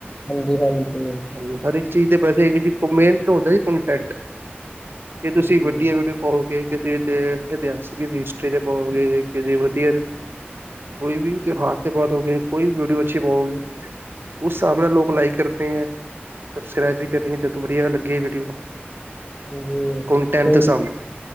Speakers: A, on the left (about 15°); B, on the right (about 60°).
A: ਹਾਂਜੀ, ਹਾਂਜੀ‌।
B: ਹਾਂਜੀ, ਹਰ ਇੱਕ ਚੀਜ਼ ਦੇ ਪੈਸੇ ਹੈਗੇ ਜੀ ਮੇਨ ਹੁੰਦਾ ਜੀ ਕੋਣਟੈਟ।
A: ਹਾਂਜੀ
B: ਜੇ ਤੁਸੀਂ ਵਡੀਆ ਵੀਡੀਓ ਪਵਾਓਗੇ ਕਿਸੇ ਤੇ ਇਤਿਹਾਸਿਕ ਹਿਸਟਰੀ ਤੇ ਪਾਓਗੇ ਕਿਦੀ ਵਧੀਆਰ ਕੋਈ ਵੀ ਤਿਉਹਾਰ ਤੇ ਪਾ ਦੋਗੇ, ਕੋਈ ਵੀ ਵੀਡੀਓ ਅੱਛੀ ਪਾਓਗੇ ਉਸ ਸਾਬ ਨਾਲ ਲੋਕ ਲਾਈਕ ਕਰਤੇ ਹੈ, ਸਬਸਕ੍ਰਾਈਬ ਵੀ ਕਰੇਗੇਂ ਜਦੋਂ ਵਰੀਆ ਲੱਗੀ ਵੀਡੀਓ।
A: ਹਾਂਜੀ
B: ਕੋਣਟੈਂਟ
A: ਹੁਣ
B: ਦੇ ਸਾਬ ਨਾਲ।